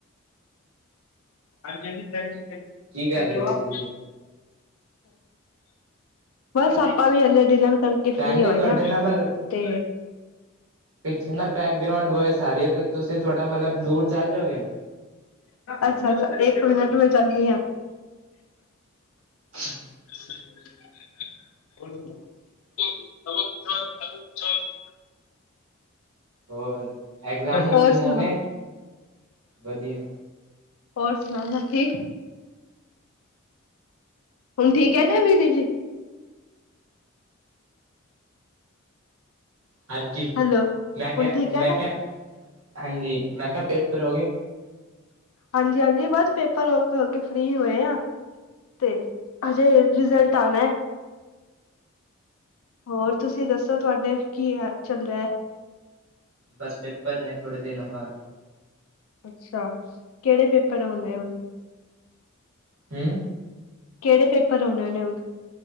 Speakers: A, on the left; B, on the right.
A: ਹਾਂਜੀ- ਹਾਂਜੀ, ਥੈਂਕ ਯੂ- ਥੈਂਕ ਯੂ,
B: ਕੀ ਕਰ
A: ਧਨੇਵਾਦ।
B: ਰਹੇ ਸੀ ਤੁਸੀਂ
A: ਬਸ ਆਪਾਂ ਵੀ ਹਲੇੇ ਡਿਨਰ ਕਰਕੇ
B: ਭੈਣ
A: ਫ੍ਰੀ
B: ਜੀ
A: ਹੋਏ
B: ਤੁਹਾਡੇ
A: ਆ।
B: ਨਾਲ ਮਤਲਬ
A: ਤੇ
B: ਪਿੱਛੇ ਨਾ ਬੈਕਗਰਾਊਂਡ ਵੋਇਸ ਆ ਰੀ ਐ, ਤੇ ਤੁਸੀ ਥੋੜਾ ਮਲਬ ਦੂਰ ਚੱਲ ਜਾਓਗੇ
A: ਅੱਛਾ-ਅੱਛਾ, ਇੱਕ ਮਿੰਟ ਮੈਂ ਜਾਨੀ ਆ।
B: <inaudible>
A: <unintelligible>
B: ਹੋਰ, ਐਗਜ਼ਾਮ-ਉਗਜੁਮ
A: ਹੋਰ ਸੁਣਾਓ
B: ਹੋਗੇ, ਵਧੀਆ।
A: ਹੋਰ ਸੁਣਾਓ, ਸਬ ਠੀਕ। ਹੁਨ ਠੀਕ ਐ ਕਿ ਵੀਰੇ ਜੀ।
B: ਹਾਂਜੀ,
A: ਹੈਲੋ
B: ਮੈਂ ਕਿਆ-
A: ਹੁਣ ਠੀਕ
B: ਮੈਂ
A: ਹੈਗਾ
B: ਕਿਆ, ਹਾਂਜੀ, ਮੈਂ ਕਿਆ ਪੇਪਰ ਹੋਗੇ।
A: ਹਾਂਜੀ-ਹਾਂਜੀ ਬਸ ਪੇਪਰ ਵਰਕ ਕਰਕੇ ਹੋਕੇ ਫ੍ਰੀ ਹੋਏ ਆ ਤੇ ਹਜੇ ਰਿਜ਼ਲਟ ਆਣੈ। ਹੋਰ ਤੁਸੀ ਦੱਸੋ ਤੁਆਡੇ ਕੀਆ ਚੰਗਾ ਐ।
B: ਬਸ ਪੇਪਰ ਨੇ ਥੋੜੇ ਦਿਨਾਂ ਬਾਦ।
A: ਅੱਛਾ, ਕੇੜੇ ਪੇਪਰ ਆਉਨੇ ਹੁਨ।
B: ਹੁੰ।
A: ਕੇੜੇ ਪੇਪਰ ਹੋਨੇ ਨੇ ਹੁਨ?